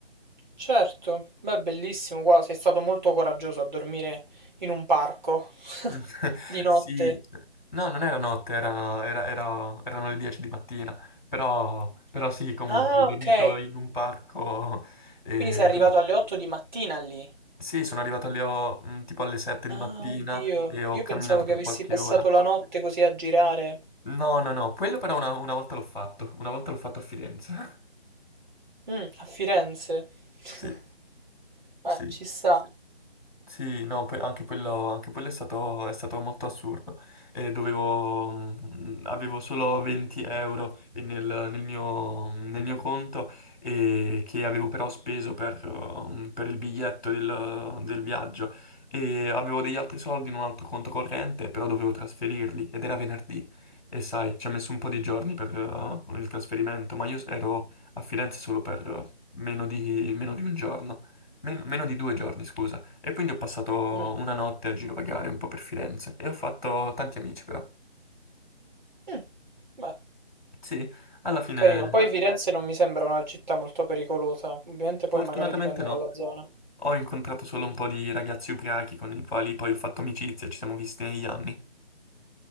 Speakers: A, on the right (about 45°); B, on the left (about 45°).
A: Certo, beh, bellissimo, guarda, sei stato molto coraggioso a dormire in un parco
B: <laughs>
A: <laughs> di notte.
B: Sì, no, non era notte, era- era- era- erano le 10 di mattina, però, però sì, comunque,
A: Ah,
B: ho dormito
A: ok,
B: in un parco e...
A: quindi sei arrivato alle 8 di mattina lì.
B: Sì, sono arrivato lì oh, mh, tipo alle 7
A: Ah,
B: di mattina
A: oddio,
B: e ho
A: io
B: camminato
A: pensavo che
B: per
A: avessi
B: qualche
A: passato
B: ora.
A: la notte così a girare.
B: No, no, no, quello però una, una volta l'ho fatto, una volta l'ho fatto a Firenze. <laughs>
A: Mm, a Firenze. <laughs>
B: Sì,
A: Beh,
B: sì.
A: ci sta.
B: Sì, no, poi- anche quello, anche quello è stato, è stato molto assurdo. Eh, dovevo, mm, avevo solo 20 euro e nel, nel mio, nel mio conto e che avevo però speso per, um, per il biglietto del, del viaggio e avevo degli altri soldi in un altro conto corrente, però dovevo trasferirli ed era venerdì e sai, ci ha messo un po' di giorni per, uh, il trasferimento, ma io ero a Firenze solo per uh, meno di, meno di un giorno, Men- meno di due giorni, scusa. E quindi ho passato
A: Mm.
B: una notte a girovagare un po' per Firenze e ho fatto tanti amici però.
A: Mm. Beh.
B: Sì, alla fine,
A: Carino, poi Ma dipende. Firenze bello. non mi sembra una città molto pericolosa, ovviamente poi
B: fortunatamente
A: magari dipende
B: no.
A: dalla zona.
B: Ho incontrato solo un po' di ragazzi ubriachi con i quali poi ho fatto amicizia, ci siamo visti negli anni.